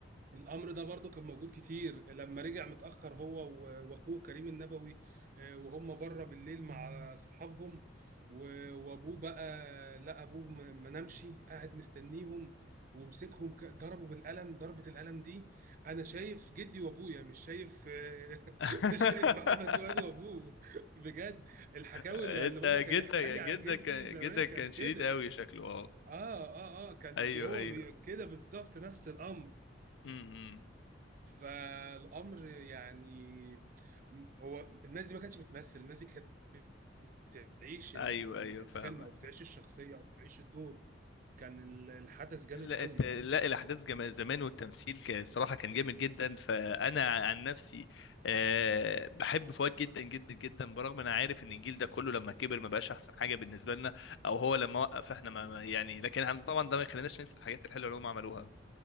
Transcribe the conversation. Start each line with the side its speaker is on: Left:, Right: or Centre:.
Right: الامر ده برضو كان موجود كتير لما رجع متاخر هو و- واخوه كريم النبوي آه، وهم بره بالليل مع صحابهم و- وابوه بقى لا ابوه ما ما نامش قاعد مستنيهم ومسكهم ك- ضربوا بالقلم ضربة القلم دي انا شايف جدي وابويا مش شايف آه، <laughs>
Left: <laughs>
Right: مش شايف محمد فؤاد وابوه بجد الحكاوي
Left: انت
Right: اللي اللي بابا كان
Left: جدا
Right: يحكيها لي
Left: جدا
Right: عن جدي
Left: كان
Right: زمان
Left: جدا كان
Right: كان كده
Left: شديد قوي شكله اه
Right: اه اه اه كان
Left: ايوه
Right: هو
Left: ايوه
Right: بي- كده بالظبط نفس الامر
Left: امم
Right: فالامر يعني هو الناس دي ما كانتش بتمثل الناس دي كانت بتعيش ال-
Left: ايوه
Right: ال-
Left: ايوه
Right: الفيلم
Left: فاهمك
Right: او بتعيش الشخصيه او بتعيش الدور كان ال- الحدث جامد
Left: لا
Right: قوي
Left: الت- لا، الاحداث جمال زمان والتمثيل كان صراحه كان جامد جدا فانا عن نفسي آه، بحب فؤاد جدا جدا جدا برغم ان انا عارف ان الجيل ده كله لما كبر ما بقاش احسن حاجه بالنسبه لنا او هو لما وقف احنا ما ما- يعني لكن احنا طبعا ده ما يخليناش ننسى الحاجات الحلوه اللي هم عملوها